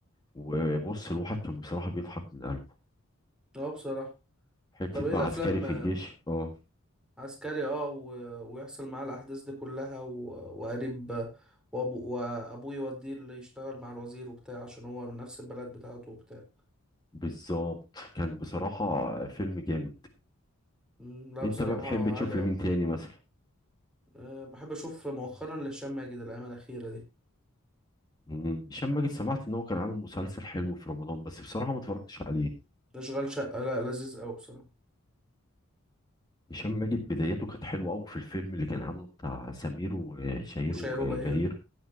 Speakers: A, on the left; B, in the centre.
A: وبص الواحد كان بصراحة بيضحك من قلبه
B: اه بصراحة
A: حتة
B: طب ايه
A: بقى
B: الافلام
A: عسكري في
B: آه،
A: الجيش اه
B: عسكري اه و... ويحصل معاه الاحداث دي كلها و... وقريب آه، وابو وابوه يوديه اللي يشتغل مع الوزير وبتاع عشان هو من نفس البلد بتاعته وبتاع
A: بالظبط كان بصراحة فيلم جامد
B: مم، لا
A: انت
B: بصراحة
A: بقى بتحب
B: عالي
A: تشوف
B: أوي
A: لمين تاني مثلا
B: أه بحب أشوف مؤخرا لهشام ماجد الأيام الأخيرة دي
A: مم. هشام ماجد سمعت ان هو كان عامل مسلسل حلو في رمضان بس بصراحة ما اتفرجتش عليه
B: أشغال شقة لا لذيذ أوي بصراحة
A: هشام ماجد بدايته كانت حلوة قوي في الفيلم اللي كان عامله بتاع سمير وشهير
B: وشيروبا
A: وبهير
B: هيرو